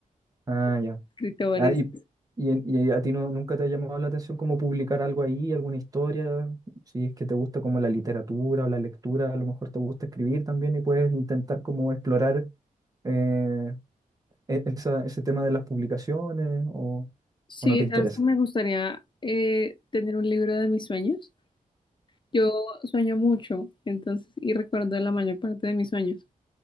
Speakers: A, on the right; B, on the left.
A: Ah, ya.
B: <laughs> escritores
A: Ah, y, y, en- y a ti no, nunca te ha llamado la atención como publicar algo ahí, alguna historia? Si es que te gusta como la literatura o la lectura, a lo mejor te gusta escribir también y puedes intentar como explorar eh, e- esa- ese tema de las publicaciones o,
B: Sí,
A: o no te interesa.
B: sabes que me gustaría eh, tener un libro de mis sueños. Yo sueño mucho, entonces, y recuerdo la mayor parte de mis sueños.